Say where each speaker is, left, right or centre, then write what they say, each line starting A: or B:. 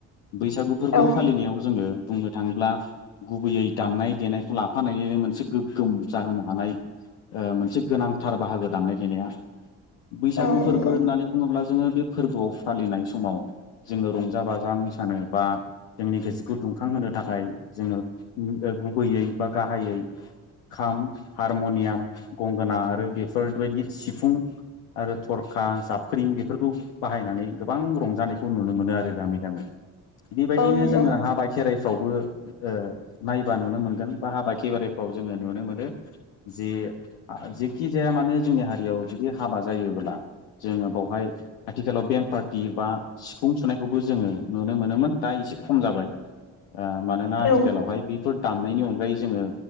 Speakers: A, on the left; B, on the left.
A: बैसागु फोरबो
B: औ
A: फालिनायाव जोङो बुंनो थाङोब्ला गुबैयै दामनाय देनायखौ लाफानायनो मोनसे गोगोम। जाहोनो हानाय ओ मोनसे गोनांथार बाहागो दामनाय देनाया बैसागु
B: औ
A: फोरबो
B: नंगौ
A: होननानै बुङोब्ला। जोङो बे फोरबोआव फालिनाय समाव जोङो रंजा बाजा मोसानो बा जोंनि गोसोखौ दुंखांहोनो थाखाय। जोङो ओ गुबैयै बा गाहायै खाम, हारमनियाम, गंगोना आरो बेफोरबायदि सिफुं आरो थरखा, जाबख्रिं बेफोरखौ बाहायनानै गोबां रंजानायखौ नुनो मोनो आरो गामि गामि। बेबायदिनो
B: औ नंगौ
A: जोङो हाबा खेराइ फ्रावबो ओ नायबा नुनो मोनगोन। बा हाबा खि बारिफ्राव जोङो। नुनो मोनो‌। जे जेखि जाया माने जोंनि हारियाव जुदि हाबा जायोब्ला। जोङो बावहाय आथिखालाव बेन पार्टि बा सिफुं सुनायखौबो जोङो नुनो मोनोमोन दा एसे खम जाबाय। ओ मानोना आथिखालावहाय
B: औ
A: बेफोर दामनायनि अनगायै जोङो